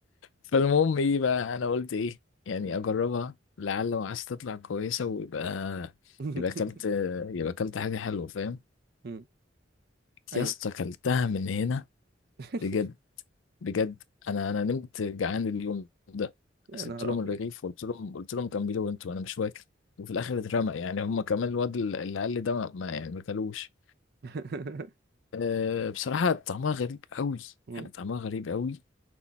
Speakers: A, on the left (about 85°); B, on the right (about 55°).
A: فالمهم إيه بقى أنا قلت إيه يعني
B: مم.
A: أجربها لعل وعايز تطلع كويسة ويبقى
B: <laughs>
A: يبقى أكلت يبقى أكلت حاجة حلوة فاهم
B: مم. ايوه
A: يا اسطى أكلتها من هنا
B: <laughs>
A: بجد بجد أنا أنا نمت جعان اليوم ده
B: يا
A: سبت
B: نهار
A: لهم
B: ابيض
A: الرغيف وقلت لهم قلت لهم كملوا أنتوا أنا مش واكل وفي الآخر اترمى يعني هما كمان الواد اللي قال لي ده ما ما- يعني ما كلوش
B: <laughs>
A: أه بصراحة طعمها غريب قوي
B: مم.
A: يعني طعمها غريب قوي